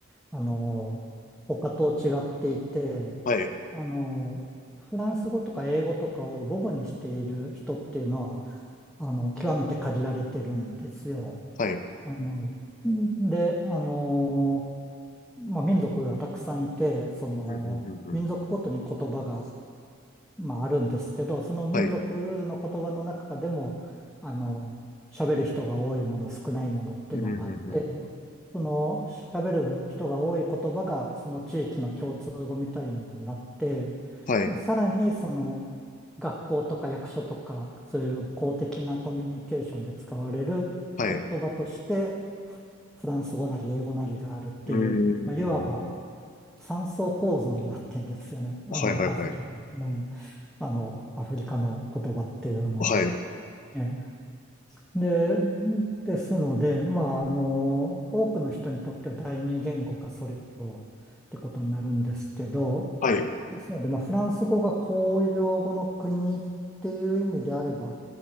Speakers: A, in the centre; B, on the left.
A: あの、他と違っていて、
B: はい、
A: あの、フランス語とか英語とかを母語にしている人っていうのは、あの、極めて限られてるんですよ。
B: はい。
A: あの、んで、あの、まあ、民族がたくさんいて、その、
B: うん、うん、うん、
A: 民族ごとに言葉が
B: うん。
A: まあ、あるんですけど、その民族の言葉の中でも、
B: はい。
A: あの、喋る人が多いもの、少ないものっていうのがあって、
B: うん、うん、うん、うん。
A: その喋る人が多い言葉が、その地域の共通語みたいになって、
B: はい、
A: まあ、さらにその学校とか役所とか、そういう公的なコミュニケーションで使われる
B: はい。
A: 言葉として、フフランス語なり英語なりがあるっていう、
B: うー
A: まあ、いわば
B: ん。
A: 三層構造になってんですよね。あの、
B: はいはいはい。
A: アフリカ。あの、アフリカの言葉っていうのは。
B: はい。
A: ええで、ですので、まあ、あの、多くの人にとっては第二言語かそれ以上ってことになるんですけど、
B: はい。
A: ですので、まあ、フランス語が公用語の国っていう意味であれば、